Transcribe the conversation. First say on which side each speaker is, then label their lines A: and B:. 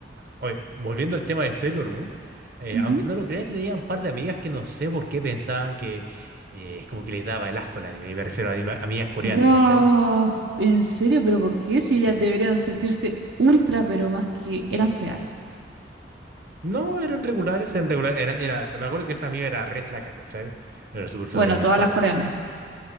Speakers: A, on the right; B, on the right.
A: Oye, volviendo al tema de Sailor Moon, eh,
B: Ujú.
A: aunque no lo creas, yo tenía un par de amigas que no sé por qué pensaban que eh, es como que les daba el asco el anime, y me refiero a anima- amigas coreanas,
B: wow
A: ¿cachai?
B: ¿En serio? ¿Pero por qué?
A: Sí.
B: Si ellas deberían sentirse ultra, pero más que eran feas.
A: No, eran regulares, eran regulares, era, era, me acuerdo que esa amiga era re flaca, ¿cachai? Era súper flaca,
B: Bueno,
A: era
B: todas
A: un palo.
B: las coreanas.